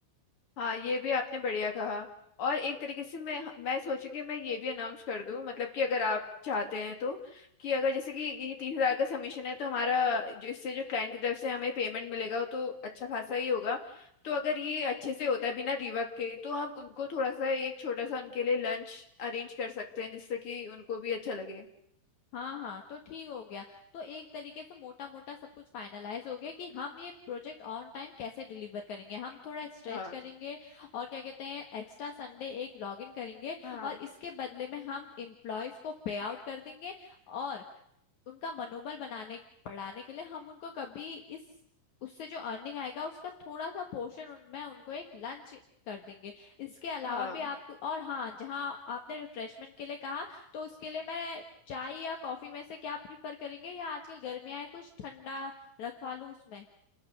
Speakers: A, on the left; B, on the left.
A: हाँ ये भी आपने बढ़िया कहा और एक तरीके से मैं मैं सोची कि मैं ये भी अनाउंस कर दूं मतलब कि अगर आप चाहते हैं तो कि अगर जैसे कि ये तीस हजार का सबमिशन है तो हमारा जो इससे जो क्लाइंट की तरफ से हमें पेमेंट मिलेगा वो तो अच्छा खासा ही होगा तो अगर ये अच्छे से होता है बिना रिवर्क के तो हम उनको थोड़ा सा एक छोटा सा उनके लिए लंच अरेंज कर सकते हैं जिससे कि उनको भी अच्छा लगे
B: हाँ हाँ तो ठीक हो गया तो एक तरीके से मोटा मोटा सब कुछ फाइनलाइज हो गया कि हम ये प्रोजेक्ट ऑन टाइम कैसे डिलीवर करेंगे हम थोड़ा स्ट्रेच
A: हाँ
B: करेंगे और क्या कहते हैं एक्स्ट्रा संडे एक लॉग इन करेंगे
A: हाँ
B: और इसके बदले में हम एम्प्लॉयज को पे आउट कर देंगे और उनका मनोबल बनाने बढ़ाने के लिए हम उनको कभी इस उससे जो अर्निंग आएगा उसका थोड़ा सा पोर्शन उनमें उनको एक लंच कर देंगे इसके अलावा
A: हाँ
B: भी आप और हाँ जहाँ आपने रिफ्रेशमेंट के लिए कहा तो उसके लिए मैं चाय या कॉफी में से क्या प्रीफर करेंगे या आजकल गर्मियाँ है कुछ ठंडा रखवा लूँ उसमें